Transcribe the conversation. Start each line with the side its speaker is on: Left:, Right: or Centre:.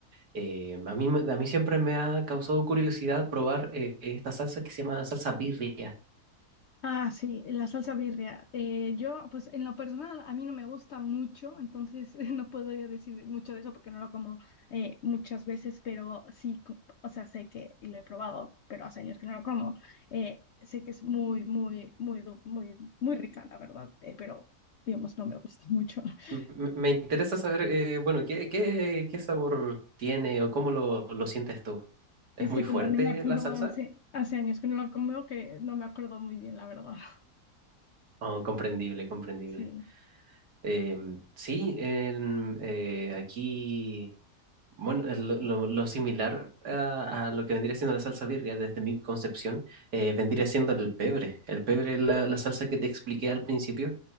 Right: Eh, a mí, me- a mí siempre me ha causado curiosidad probar eh, esta salsa que se llama salsa birria.
Left: Ah, sí, la salsa birria. Eh, yo, pues en lo personal, a mí no me gusta mucho, entonces <laughs> no puedo yo decir mucho de eso porque no lo como eh, muchas veces, pero sí, co- o sea, sé que, y lo he probado, pero hace años que no lo como, eh, sé que es muy, muy, muy, du- muy, muy rica, la verdad, eh, pero digamos, no me gusta mucho. <laughs>
Right: M- m- Me interesa saber, eh, bueno, ¿qué, qué, qué sabor tiene o cómo lo, lo sientes tú? ¿Es
Left: Es
Right: muy
Left: que
Right: fuerte
Left: como no me acuerdo
Right: la salsa?
Left: hace, hace años que no lo como, que no me acuerdo muy bien, la verdad. <laughs>
Right: Oh, comprendible, comprendible.
Left: Sí.
Right: Em, sí, en, eh, aquí Bueno, eh, lo, lo- lo similar a, a lo que vendría siendo la salsa birria, desde mi concepción, eh, vendría siendo el pebre. El pebre es la, la salsa que te expliqué al principio.